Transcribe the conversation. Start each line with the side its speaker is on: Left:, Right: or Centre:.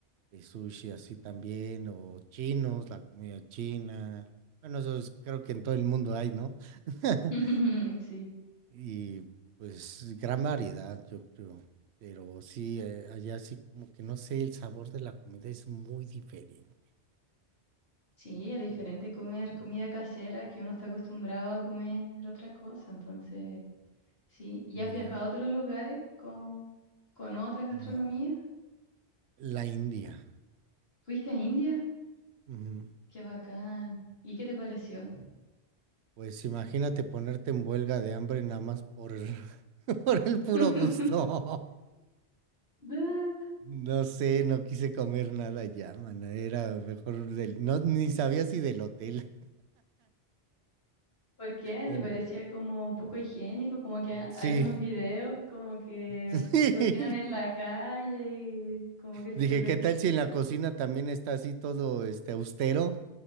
Right: de sushi así también, o chinos, la comida china. Bueno, eso es- creo que en todo el mundo hay, ¿no? <laughs>
Left: <laughs> Sí,
Right: y pues gran variedad, yo creo. Pero sí, eh, allá sí como que no sé, el sabor de la comida es muy diferente.
Left: sí, es diferente comer comida casera que uno está acostumbrado a comer otra cosa, entonces, sí. ¿Y
Right: mm,
Left: has viajado a otros lugares como con otras gastronomías?
Right: a la India.
Left: ¿Fuiste a India?
Right: Ujú.
Left: Qué bacán. ¿Y qué te pareció?
Right: Pues imagínate ponerte en huelga de hambre nada más por <laughs> por el puro
Left: <laughs>
Right: gusto.
Left: Da,
Right: No sé, no quise comer nada ya, man. Era mejor del, no, ni sabía si del hotel.
Left: ¿Por qué?
Right: En-
Left: ¿Te parecía como poco higiénico? Como que ha-
Right: Sí.
Left: hay unos videos como que
Right: <laughs>
Left: cocinan en la calle y como que se
Right: Dije,
Left: ve.
Right: ¿qué tal si en la cocina también está así todo este austero?